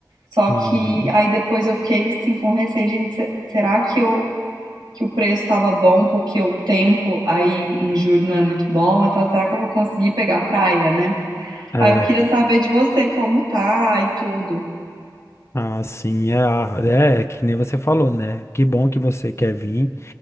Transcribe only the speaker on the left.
Uhum.
É,
assim, é, a- é, é que nem você falou, né? Que bom que você quer vir,